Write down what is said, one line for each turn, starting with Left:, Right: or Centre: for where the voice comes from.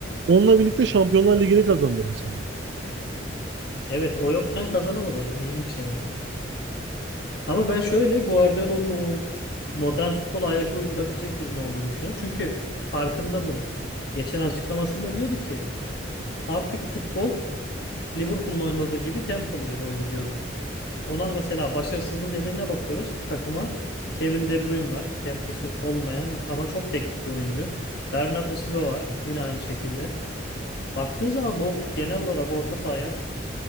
Right: onunla birlikte Şampiyonlar Ligi'ni kazandı mesela.
Left: Evet o yokken kazanamadı. İlginç yani. Ama ben şöyle Guardiola'nın o modern futbola ayak uydurabilecek birinin olduğunu düşünüyorum. Çünkü farkında bunun. Geçen açıklamasında diyordu ki artık futbol Liverpool'un oynadığı gibi tempolu bir oyun diyordu. Ona mesela başarısızlığın nedenine bakıyoruz. Takıma Kevin De Bruyne var. Temposu olmayan ama çok teknik bir oyuncu. Bernardo Silva var. Yine aynı şekilde. Baktığın zaman bu genel olarak orta sahaya